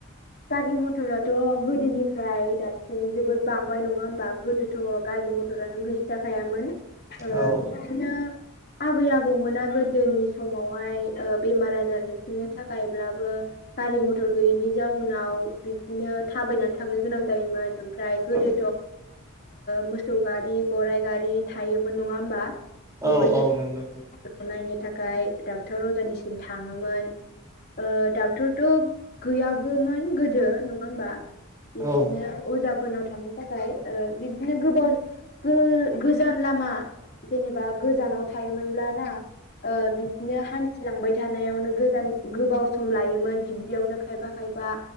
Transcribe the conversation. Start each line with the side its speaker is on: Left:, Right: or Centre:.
Left: गारि मथराथ' गोदोनिफ्राय दासिम जोबोद बांबाय नङा होमबा? गोदो थ' गारि मथरानो गैस्राखायामोन। ओ
Right: औ
Left: बिदिनो आबै आबौमोना गोदोनि समावहाय ओ बेमार आजार होसोनो थाखायब्लाबो। गारि मथर गैयैनि जाउनाव बिब्दिनो थाबायनानै थांनो गोनां जायोमोन। ओमफ्राय गोदोथ'
Right: औ
Left: ओ मोसौ गारि, गराइ गारि थायोमोन नङा होमबा? बेफोरजों
Right: औ औ नंगौ
Left: नायनो थाखाय डाक्टर अजानिसिम थाङोमोन। ओ थुदुक गैयाबोमोन गोदो नङा होमबा? बिदिनो
Right: औ
Left: अजा फोरनाव थांनो थाखाय ओ बिबदिनो गोबाव गो-गोजान लामा जेनेबा गोजानाव थायोमोनब्ला ना ओ बिदिनो हान्थिलांबाय थानायावनो गोजान गोबाव सम लायो। मोन बेयावनो खायफा खायफा